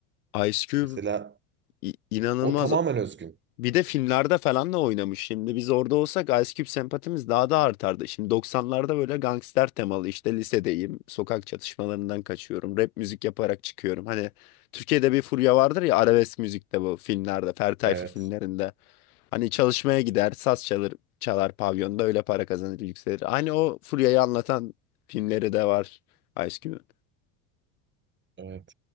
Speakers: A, on the left; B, on the right.
A: Ice Cube
B: Mesela
A: i- inanılmaz.
B: o tamamen özgün.
A: Bir de filmlerde falan da oynamış. Şimdi biz orada olsak Ice Cube sempatimiz daha da artardı. Şimdi 90'larda böyle gangster temalı işte lisedeyim. Sokak çatışmalarından kaçıyorum. Rap müzik yaparak çıkıyorum. Hani Türkiye'de bir furya vardır ya arabesk müzikte bu filmlerde. Ferdi Tayfur
B: Evet,
A: filmlerinde. Hani çalışmaya gider, saz çalır, çalar pavyonda öyle para kazanır, yükselir. Hani o Furya'yı anlatan filmleri de var Ice Cube'un.
B: evet.